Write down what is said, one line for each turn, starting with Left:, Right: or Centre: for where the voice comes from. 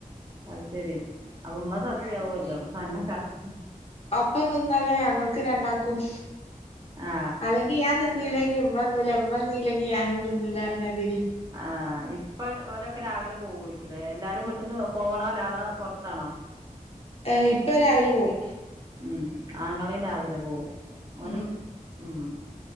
Right: അത് ശെരി അപ്പ ഉമ്മ സസി
Left: ഞാൻ
Right: ആവൊല്ലോ
Left: തിന്ന്
Right: അന്നെ കാത്ത
Left: ഒപ്പം നിന്നല്ലേ ഞങ്ങൾക്ക് രണ്ടാക്കും
Right: ആ
Left: അല്ലെങ്കിൽ ഞാൻ തിന്നില്ലേ ഇമ്മ തിന്നൂല ഇമ്മന്നില്ലെങ്കി ഞാനും തിന്നുല്ലാറ്ഞ്ഞതിര്
Right: ആഹ് ഇപ്പ ഓലൊക്കെ രാവിലെ പോവ്വേക്കൂലേ എല്ലാരും വീട്ട്ന്ന് പോവ്ണോലാ അതോ പൊറത്താണോ
Left: ഏ ഇപ്പ രാവിലെ പോവും
Right: ഉം ആങ്ങളേം രാവിലെ പോവും ഓനും
Left: ഉം
Right: ഉം